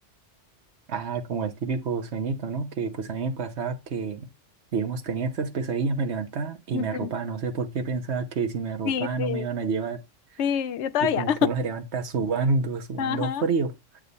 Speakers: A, on the right; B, on the left.
A: Ah, como el típico sueñito, ¿no? Que pues a mí me pasaba que, digamos, tenía estas pesadillas, me levantaba y
B: Ujú.
A: me arropaba.
B: <laughs>
A: No sé por qué pensaba que si me arropaba
B: Sí, sí,
A: no me iban a llevar.
B: sí, yo todavía.
A: y como que uno se levanta subando, subando
B: <laughs> Ajá.
A: frío.